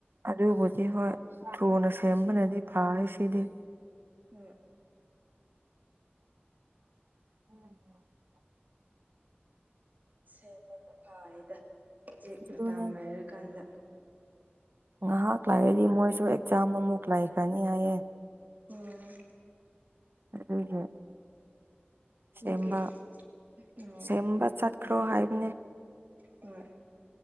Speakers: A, on the right; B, on the right.
A: ꯑꯗꯨꯕꯨꯗꯤ ꯍꯣꯏ ꯊꯨꯅ ꯁꯦꯝꯕꯅꯗꯤ ꯐꯔ ꯁꯤꯗꯤ꯫
B: ꯎꯝ꯫
A: <inaudible>
B: ꯁꯦꯝꯕꯅ ꯐꯔꯦꯗ ꯍꯧꯖꯤꯛ
A: ꯑꯗꯨꯅꯦ
B: ꯃꯇꯝ ꯂꯩꯔꯀꯥꯟꯗ꯫
A: ꯉꯥꯏꯍꯥꯛ ꯂꯩꯔꯗꯤ ꯃꯣꯏꯁꯨ ꯑꯦꯛꯖꯥꯝ ꯑꯃꯨꯛ ꯂꯩꯈ꯭ꯔꯅꯤ ꯍꯥꯏꯌꯦ꯫
B: ꯑꯣ꯫
A: ꯑꯗꯨꯒꯤ ꯁꯦꯝꯕ
B: ꯑꯗꯨꯒꯤ ꯎꯝ
A: ꯁꯦꯝꯕ ꯆꯠ ꯈ꯭ꯔꯣ ꯍꯥꯏꯕꯅꯦ꯫
B: ꯍꯣꯏ